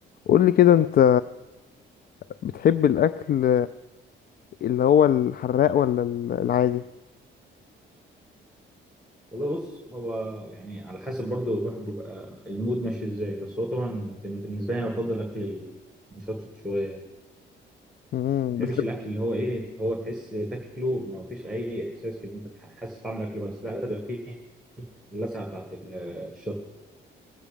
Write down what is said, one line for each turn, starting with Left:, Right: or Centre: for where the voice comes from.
Left: قول لي كده انت بتحب الاكل اللي هو الحراق ولا ال- العادي
Centre: والله بص هو يعني على حسب برضه الواحد بيبقى المود ماشي ازاي بس هو طبعا بن- بالنسبه لي انا بفضل اكل مشطشط شويه ما
Left: امم
Centre: بحبش
Left: بتحب
Centre: الاكل اللي هو ايه اللي هو تحس تاكله ما فيش اي احساس كده انت تح- حاسس طعم الاكل بس لا لازم يبقى فيه اللسعه بتاعت ال- الشطه